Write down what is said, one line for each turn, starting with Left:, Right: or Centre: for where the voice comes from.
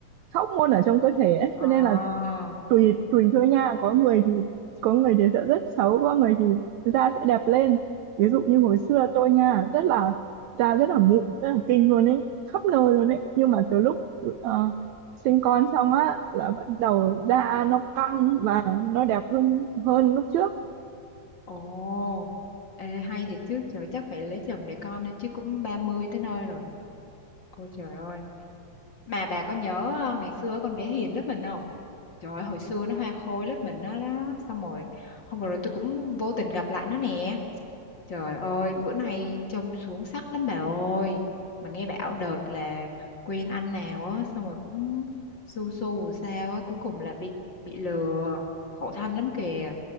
Right: các hormone ở trong cơ thể ấy.
Left: ờ
Right: cho nên là tùy tùy thôi nha có người thì có người thì sẽ rất xấu có người thì da sẽ đẹp lên ví dụ như hồi xưa tôi nha rất là da rất là mụn rất là kinh luôn ấy khắp nơi luôn ấy nhưng mà từ lúc ờ, sinh con xong á là bắt đầu da nó căng và nó đẹp hơn hơn lúc trước
Left: ồ ê hay thiệt chứ trời chắc phải lấy chồng để con thôi chứ cũng 30 tới nơi rồi ôi trời ơi mà bà có nhớ ờ, ngày xưa con bé Hiền lớp mình không Trời ơi, hồi xưa nó hoa khôi lớp mình đó, đó. Xong rồi hôm vừa rồi tôi cũng vô tình gặp lại nó nè Trời ơi bữa nay trông xuống sắc lắm bà ơi Mà nghe bảo đợt là quen anh nào á Xong rồi cũng su su sao á Cuối cùng là bị bị lừa Khổ thân lắm kìa